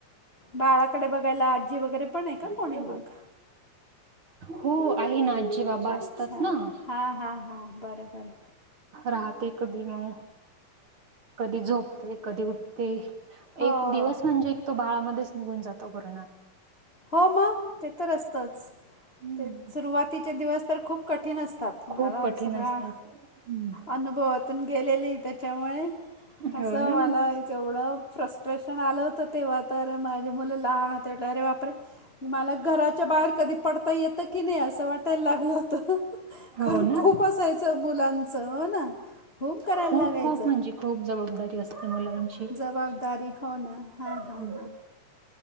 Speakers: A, on the left; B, on the right.
A: बाळाकडे बघायला आजी वगैरे पण आहे का?
B: हो
A: कोणी
B: <unintelligible>
A: मग
B: हो आहे ना आजी बाबा
A: अच्छा
B: असतात ना,
A: हां हां हां बरं बरं
B: राहते कधी मग कधी झोपते कधी उठ- ते
A: हो
B: एक दिवस म्हणजे एक तो बाळामध्येच निघून जातो पूर्ण.
A: हो मग ते तर असतच
B: हम्म.
A: ते सुरुवातीचे दिवस तर खूप कठीण असत. तर तुम्हाला
B: खूप कठीण
A: सगळ्या
B: असतात. हम्म.
A: अनुभवातून गेलेली तर त्यामुळे
B: हो
A: असं
B: ना,
A: मला जेवढं फ्रस डिप्रेशन आलं होतं तेव्हा तर माझे मुलं लहान होते तेव्हा तरी अरे बापरे मला घराच्या बाहेर कधी पडता येतं की नाही असं वाटायला लागलं होत
B: हो
A: कारण
B: ना,
A: खूप असायचं मुलांचं हो ना खूप करायला
B: खूप
A: लागायचं
B: खूप म्हणजे खूप जबाबदारी असते मुलांची.
A: जबाबदारी हो ना हां
B: हम्म.
A: हां हां